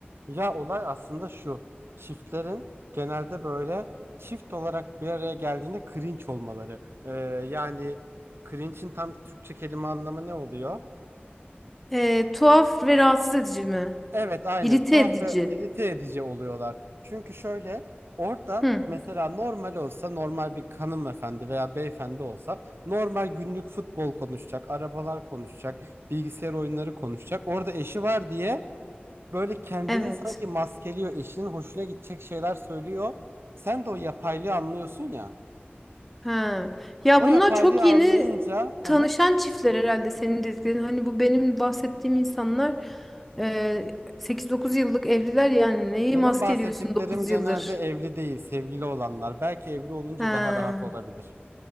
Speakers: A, on the right; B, in the centre.
A: Ya olay aslında şu. Çiftlerin genelde böyle çift olarak bir araya geldiğinde cringe olmaları. Ee, yani cringe'in tam Türkçe kelime anlamı ne oluyor?
B: Ee, tuhaf ve rahatsız edici mi?
A: Evet aynen
B: İrite
A: tuhaf
B: edici.
A: ve irite edici oluyorlar. Çünkü şöyle orada
B: Hı,
A: mesela normal olsa normal bir hanımefendi veya beyefendi olsa normal günlük futbol konuşacak, arabalar konuşacak, bilgisayar oyunları konuşacak. Orada eşi var diye böyle kendini
B: evet.
A: sanki maskeliyor, eşinin hoşuna gidecek şeyler söylüyor. Sen de o yapaylığı anlıyorsun ya.
B: Ha. Ya
A: O
B: bunlar
A: yapaylığı
B: çok yeni
A: anlayınca hı
B: tanışan
A: hı,
B: çiftler herhalde senin dediklerin. Hani bu benim bahsettiğim insanlar e, 8-9 yıllık evliler yani neyi
A: benim
B: maskeliyorsun
A: bahsettiklerim
B: 9
A: genelde
B: yıldır.
A: evli değil, sevgili olanlar. Belki evli olunca
B: Ha.
A: daha rahat olabilir.